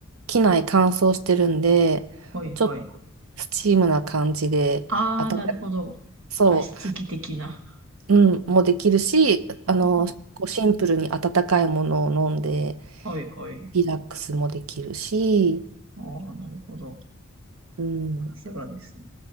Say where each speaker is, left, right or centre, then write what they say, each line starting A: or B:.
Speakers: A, on the right; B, on the right.
A: 機内乾燥してるんで、
B: はいはい。
A: ちょっとスチームな感じで、
B: ああ、
A: あた、
B: なるほど。
A: そ
B: 加湿器的な。
A: う、うん、もできるし、
B: ああ、
A: あのーこうシンプルに温かいものを飲んで、
B: はいはい。
A: リラックスもできるし、
B: ああ、なるほど。
A: うん、
B: さすがですね。